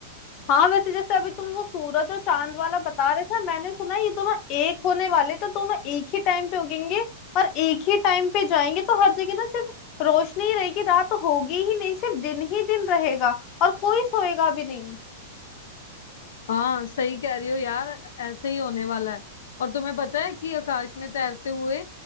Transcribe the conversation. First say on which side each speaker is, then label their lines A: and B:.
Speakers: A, on the left; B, on the left.
A: हाँ वैसे जैसे अभी तुम वो सूरज और चांद वाला बता रहे थे मैंने सुना है ये दोनों एक होने वाले तो दोनों एक ही टाइम पे उगेंगे और एक ही टाइम पे जाएंगे तो हर जगह ना सिर्फ रोशनी ही रहेगी रात होगी ही नहीं सिर्फ दिन ही दिन रहेगा और कोई सोएगा भी नहीं
B: हाँ सही कह रही हो यार ऐसे ही होने वाला है और तुम्हें पता है कि आकाश में तैरते हुए